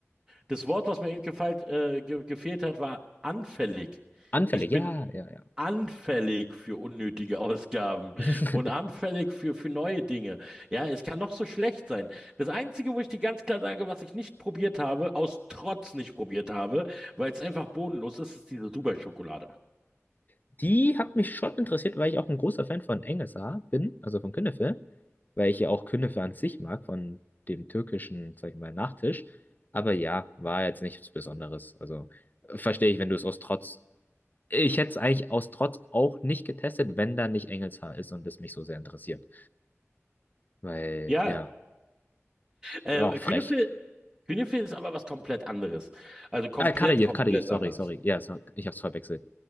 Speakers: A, on the right; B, on the left.
A: Das Wort, was mir eben gefallen, äh, ge gefehlt hat, war anfällig.
B: Anfällig,
A: Ich bin
B: ja, ja, ja.
A: anfällig für unnötige Ausgaben
B: <laughs>
A: und anfällig für, für neue Dinge. Ja, es kann noch so schlecht sein. Das Einzige, wo ich dir ganz klar sage, was ich nicht probiert habe, aus Trotz nicht probiert habe, weil es einfach bodenlos ist, ist diese Dubai-Schokolade.
B: Die hat mich schon interessiert, weil ich auch ein großer Fan von Engelsa bin, also von Künefe, weil ich ja auch Künefe an sich mag, von dem türkischen, sag ich mal, Nachtisch. Aber ja, war jetzt nichts Besonderes. Also äh, verstehe ich, wenn du es aus Trotz. Ich hätte es eigentlich aus Trotz auch nicht getestet, wenn da nicht Engelshaar ist und es mich so sehr interessiert. Weil,
A: Ja,
B: ja,
A: ähm,
B: ist auch frech.
A: Künefe, Künefe ist aber was komplett anderes. Also komplett,
B: Ah, Kadayev,
A: komplett
B: Kadayev, sorry,
A: anders.
B: sorry. Ja, so, ich hab's verwechselt.